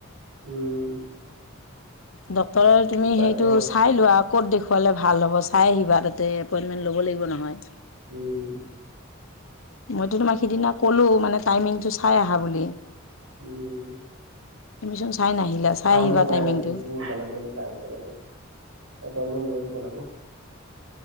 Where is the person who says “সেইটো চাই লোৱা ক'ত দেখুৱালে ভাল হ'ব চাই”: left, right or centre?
Left